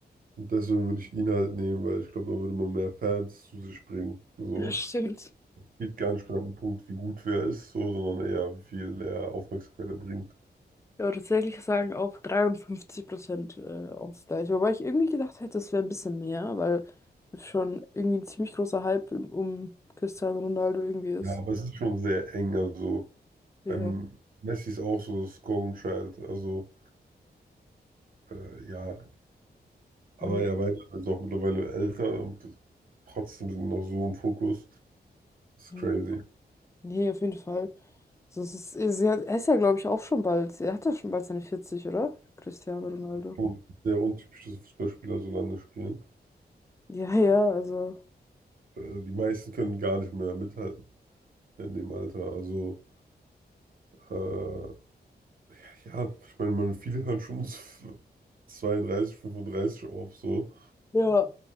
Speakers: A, on the right; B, on the left.
A: Und deswegen würde ich ihn halt nehmen, weil ich glaube, dann würde man mehr Fans zu sich bringen. So.
B: Ja, stimmt.
A: Geht gar nicht mehr an den Punkt, wie gut wer ist, so, sondern eher, wie viel er Aufmerksamkeit er bringt.
B: Ja, tatsächlich sagen auch 53 Prozent äh, Ausgleich. Wobei ich irgendwie gedacht hätte, es wäre ein bisschen mehr, weil es schon irgendwie ein ziemlich großer Hype um um Cristiano Ronaldo irgendwie ist.
A: Ja, aber es ist schon sehr eng. Also.
B: Ja,
A: Beim Messi ist auch so das Golden Child. Also, äh, ja. Aber
B: man nicht.
A: ja, beide sind jetzt auch mittlerweile älter und trotzdem sind noch so im Fokus. Das ist
B: Mhm.
A: crazy.
B: Nee, auf jeden Fall. Also es ist, es ist ja, er ist ja, glaube ich, auch schon bald. Er hat ja schon bald seine 40, oder? Cristiano Ronaldo.
A: Und sehr untypisch, dass Fußballspieler so lange spielen.
B: Ja, ja, also.
A: Äh, die meisten können gar nicht mehr mithalten in dem Alter. Also, äh, ja, ich meine, man, viele hören schon <laughs> so 32, 35 auf, so.
B: Ja.